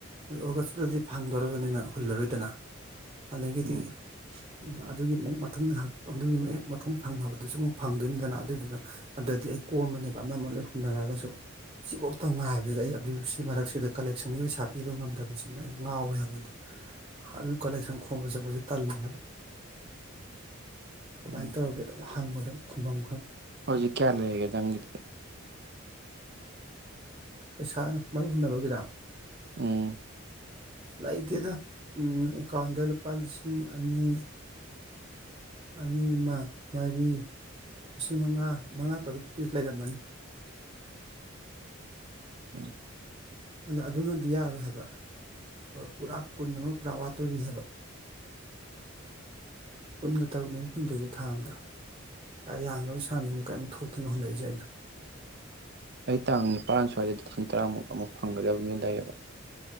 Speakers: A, on the right; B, on the right.
A: ꯑꯗꯨ ꯑꯣꯒꯁꯇꯨꯗꯗꯤ ꯐꯪꯗꯣꯔꯕꯅꯤꯅ ꯍꯨꯜꯂꯔꯣꯏꯗꯅ ꯑꯗꯒꯤꯗꯤ
B: ꯎꯝ
A: ꯎꯝ ꯑꯗꯨꯒꯤ ꯑꯃꯨꯛ ꯃꯊꯪ <unintelligible> ꯑꯗꯨꯒꯤ ꯑꯃꯨꯛ ꯍꯦꯛ ꯃꯊꯪ ꯊꯪꯅꯕꯗꯨꯁꯨ ꯑꯃꯨꯛ ꯐꯪꯗꯣꯏꯅꯤꯗꯅ ꯑꯗꯨꯗꯨꯅ ꯑꯗꯗꯤ ꯑꯩ ꯀꯣꯝꯃꯅꯦꯕ ꯑꯃ ꯑꯃ ꯂꯣꯏ ꯍꯨꯟꯅꯔꯒꯖꯨ ꯁꯤꯕꯧꯇꯪ ꯉꯥꯏꯕꯖꯤꯗ ꯑꯩ ꯑꯗꯨ ꯁꯤ ꯃꯔꯛꯁꯤꯗ ꯀꯂꯦꯛꯁꯟꯒꯤ ꯄꯩꯁꯥ ꯄꯤꯕ ꯉꯝꯗꯕꯖꯤꯅ ꯑꯩ ꯉꯥꯎꯔꯦ ꯍꯥꯏꯕꯅꯤꯗ ꯑꯗꯨ ꯀꯂꯦꯛꯁꯟ ꯈꯣꯝꯕ ꯆꯠꯄꯖꯨ ꯇꯜꯂꯤ ꯍꯥꯏꯕ ꯀꯃꯥꯏꯅ
B: ꯎꯝ
A: ꯇꯧꯔꯒꯦ ꯑꯗꯨꯝ ꯍꯪꯕꯗ <unintelligible> ꯈꯨꯝꯕꯝ
B: ꯍꯧꯖꯤꯛ ꯀꯌꯥ ꯂꯩ ꯍꯦꯒꯗꯪꯗꯤ
A: ꯄꯩꯁꯥꯅꯨ ꯃꯔꯨ ꯍꯨꯟꯅꯕꯒꯤꯔ
B: ꯎꯝ
A: ꯂꯩꯇꯦꯗ ꯎꯝ ꯑꯀꯥꯎꯗ ꯂꯨꯄꯥ ꯂꯤꯁꯤꯡ ꯑꯅꯤ ꯑꯅꯤ ꯑꯃ ꯃꯔꯤ ꯂꯤꯁꯤꯡ ꯃꯉꯥ ꯃꯉꯥ ꯇꯔꯨꯛꯇꯤ ꯂꯩꯔꯝꯃꯅꯤ
B: <unintelligible>
A: ꯑꯗ ꯑꯗꯨꯅꯗꯤ ꯌꯥꯔꯣꯏ ꯍꯥꯏꯕ ꯄꯨꯔꯥ ꯀꯨꯟ ꯑꯃ ꯄꯨꯔꯥ ꯋꯥꯠꯇꯣꯔꯤ ꯍꯥꯏꯕ ꯀꯨꯟꯒ ꯇꯔꯨꯛꯅꯦꯕ ꯍꯨꯟꯗꯣꯏꯖꯦ ꯊꯥ ꯑꯝꯗ ꯌꯥꯝꯒ꯭ꯔꯕ ꯏꯁꯥ ꯅꯦ ꯀꯦꯝ ꯊꯣꯛꯇꯅ ꯍꯨꯜꯂꯛꯏꯖꯦ ꯑꯩꯅ
B: ꯑꯩ ꯇꯥꯡ ꯅꯤꯄꯥꯟ ꯁ꯭ꯋꯥꯏꯗ ꯂꯤꯁꯤꯡ ꯇꯔꯥꯃꯨꯛ ꯑꯃꯨꯛ ꯐꯪꯒꯗꯕ ꯑꯃ ꯂꯩꯌꯦꯕ